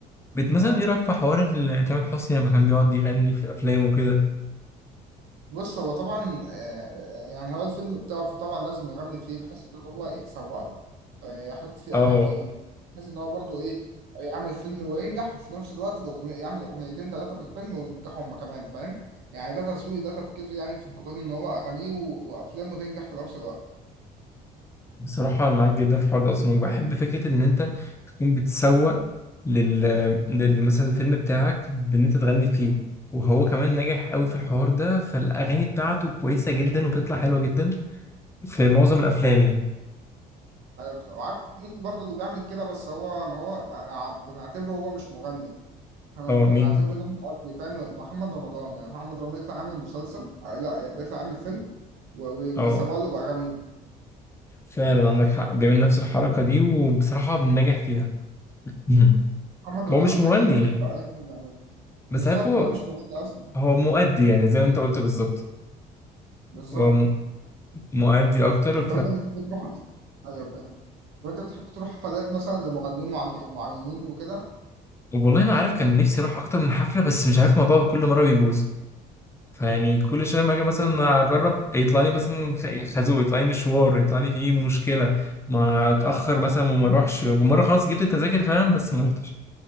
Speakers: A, on the left; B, on the right.
A: بت مثلا
B: اه
A: ايه رأيك في حوار ال- تامر حسني لما كان بيقعد يغني في الافلام وكده
B: بص هو طبعا آه، يعني هو الفيلم بتاعه فطبعا لازم يغني فيه بحيث ان هو يسوق له آه، يحط فيه
A: اه
B: اغانيه بحيث ان هو برضه ايه يعمل فيلم وينجح وفي نفس الوقت الاغنيه يعمل اغنيتين ثلاثه في الفيلم وينجحوا هما كمان فاهم يعني ده تسويق ده تفكير يعني في الجون ان هو اغانيه و- وافلامه تنجح في نفس الوقت
A: بصراحة أنا معاك جدا في حوار ده أصلا وبحب فكرة إن أنت تكون بتسوق لل لل- مثلا الفيلم بتاعك بإن أنت تغني فيه وهو كمان ناجح قوي في الحوار ده فالأغاني بتاعته كويسة جدا وبتطلع حلوة جدا في معظم الأفلام يعني
B: آه، بس- وعارف مين برضه اللي بيعمل كده بس هو ما هو أنا ع- بنعتبره هو مش مغني انا
A: أه
B: بعتبر
A: مين؟
B: ان هو مقضي فاهم محمد رمضان يعني محمد رمضان يطلع عامل مسلسل آه، لا بيطلع عامل فيلم و- و-
A: أه
B: ويسوق له باغانيه
A: فعلا عندك حق بيعمل نفس الحركة دي وبصراحة بنجح فيها مهم.
B: محمد رمضان
A: هو مش
B: كده
A: مغني
B: كده ناجح في اي حاجه بيعملها
A: بس
B: بالظبط
A: عارف هو
B: هو مش مغني اصلا
A: هو مؤدي يعني زي ما أنت قلت بالظبط
B: بالظبط
A: هو م- مؤدي أكتر
B: طب انت بتحب تروح ايوه فاهم طب انت بتحب تروح حفلات مثلا لمغنيين معن- معينين وكده
A: والله انا عارف كان نفسي اروح اكتر من حفله بس مش عارف الموضوع كل مره بيبوظ فيعني كل شويه ما اجي مثلا
B: ليه طيب
A: اجرب يطلع لي مثلا خازوق يطلع لي مشوار يطلع لي فيه مشكله ما اتاخر مثلا وما اروحش ومره خلاص جبت التذاكر فعلا بس ما رحتش